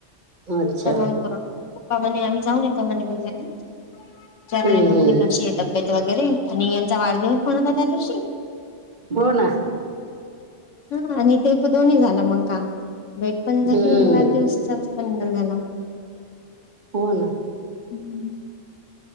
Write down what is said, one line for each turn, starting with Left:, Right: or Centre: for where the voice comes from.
Right: अच्छा
Left: तर मग- पप्पा म्हणे आम्ही जाऊन येतो म्हणे भेटायले. विचारून
Right: हम्म
Left: येतो
Right: हम्म
Left: म्हणे कशी येत? तब्येत वगैरे आणि यांचा वाढदिवस पण होता त्या दिवशी.
Right: हो ना.
Left: हा. आणि ते प दोन्ही झालं मग काम. भेट पण
Right: हम्म
Left: झाली आणि वाढदिवस पण झाला.
Right: हो ना.
Left: हम्म.